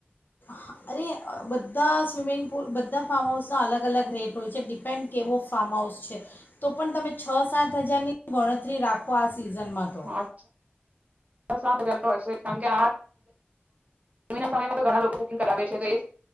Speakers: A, on the left; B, on the right.
A: હ અરે બધા સ્વિમિંગ. પૂલ બધા ફાર્મ હાઉસના અલગ અલગ રેટ હોય છે ડિપેન્ડ કેવો ફાર્મ હાઉસ છે તો પણ તમે છ સાત હજારની ગણતરી રાખો આ. સીઝનમાં તો.
B: હા સાત હજાર તો હશે કારણ કે આના સમયમાં તો ઘણા લોકો બુકિંગ કરાવે છે તો.